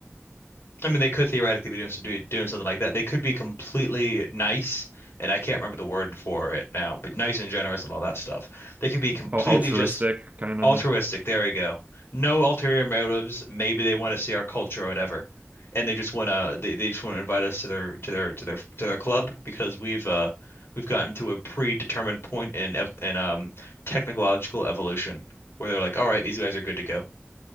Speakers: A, on the left; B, on the right.
A: I mean, they could theoretically be doing some, doing something like that. They could be completely nice, and I can't remember the word for it now, but nice and generous and all that stuff. They could be completely
B: al- altruistic
A: just
B: kind of
A: altruistic. There we go. No ulterior motives. Maybe they want to see our culture or whatever, and they just want to they, they just want to invite us to their to their to their to their club because we've uh we've gotten to a predetermined point in ev in um technological evolution where they're like, all right, these guys are good to go.